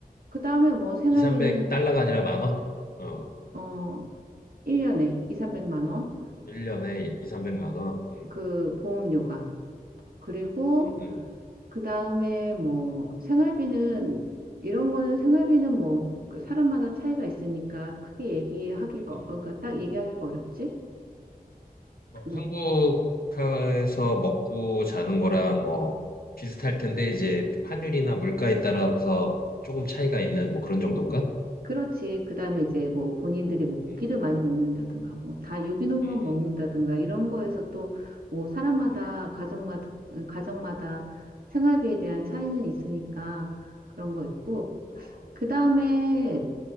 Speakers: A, on the right (about 70°); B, on the left (about 70°).
A: 그다음에 뭐 생활비는
B: 이, 300달러가 아니라 만 원? 어,
A: 어 1년에 이삼백만 원.
B: 1년에 2, 300만 원. 음,
A: 그 보험료가. 그리고
B: 음, 음,
A: 그 다음에 뭐 생활비는 이런 거는 생활비는 뭐그 사람마다 차이가 있으니까 크게 얘기하기가
B: 음, 음.
A: 어, 그러니까 딱 얘기하기가 어렵지. 그리고
B: 어, 한국에서 먹고 자는 거랑 뭐 비슷할 텐데 이제 환율이나 물가에 따라서 조금 차이가 있는 뭐 그런 정도인가?
A: 그렇지. 그 다음에 이제 뭐 본인들이 뭐 고기를
B: 음,
A: 많이 먹는다든가 뭐 다 유기농만
B: 음,
A: 먹는다든가 이런 거에서 또 뭐 사람마다
B: 음, 음,
A: 가정마다 가정마다 생활비에 대한 차이는 있으니까 그런 거 있고
B: 음. 어,
A: 그 다음에